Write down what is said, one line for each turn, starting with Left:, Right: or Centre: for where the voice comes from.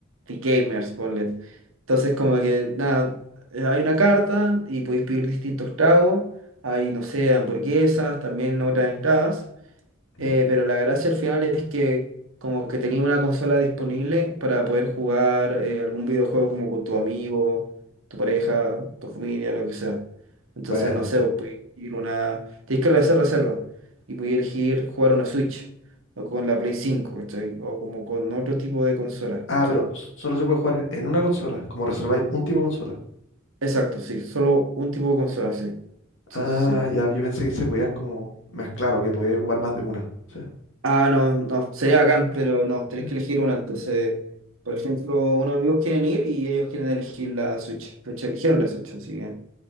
Right: gamers, ponle. Entonces, como que, nada, eh, hay una carta y podéis pedir distintos tragos. Hay, no sé, hamburguesas, también otras entradas. Eh,
Left: Ujú.
Right: pero la gracia al final es que como que tenía una consola disponible para poder jugar eh, algún videojuego como con tu amigo, tu pareja, tu familia, lo que sea. Entonces,
Left: Buena.
Right: no sé, vos podés ir una... Tenés que hacer reserva y podés elegir jugar una Switch o con la Play 5, ¿cachai? O como con otro tipo de consola,
Left: Ah,
Right: ¿cachai?
Left: pero s- solo se puede jugar en una consola, como reserváis un tipo de consola.
Right: Exacto, sí, solo un tipo de consola, sí.
Left: Ah,
Right: Sí, sí, sí.
Left: ya, yo pensé que se podían como mezclar o que podía ocupar más de una. Sí,
Right: Ah, no, no, sería bacán, pero no, tenés
Left: sí.
Right: que elegir una. Entonces, por ejemplo, unos amigos quieren ir y ellos quieren elegir la Switch. De hecho, eligieron la Switch, así que